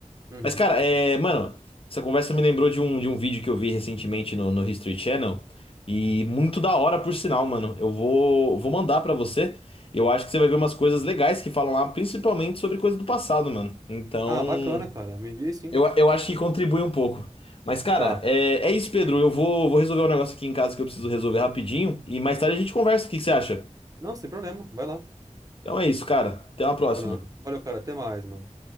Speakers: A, on the right; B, on the left.
A: Uhum.
B: Mas, cara, é, mano, essa conversa me lembrou de um, de um vídeo que eu vi recentemente no, no History Channel. E muito da hora, por sinal, mano. Eu vou, vou mandar pra você. Eu acho que você vai ver umas coisas legais que falam lá, principalmente sobre coisas do passado, mano. Então,
A: Ah, bacana, cara. Me envia aí sim.
B: eu, eu acho que contribui um pouco. Mas, cara,
A: Tá.
B: é, é isso, Pedro. Eu vou, vou resolver um negócio aqui em casa que eu preciso resolver rapidinho. E mais tarde a gente conversa. O que que você acha?
A: Não, sem problema. Vai lá,
B: Então é isso, cara. Até uma próxima.
A: Bruno. Valeu, cara. Até mais, mano.